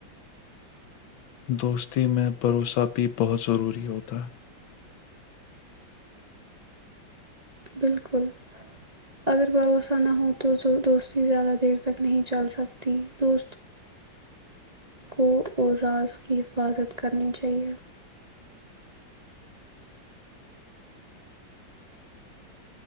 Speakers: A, on the left (about 85°); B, on the right (about 30°).
A: دوستی میں بھروسہ بھی بہت ضروری ہوتا ہے
B: بالکل اگر بھروسہ نہ ہو تو دوستی زیادہ دیر تک نہیں چل سکتی دوست کوٹ اور راز کی حفاظت کرنی چاہیے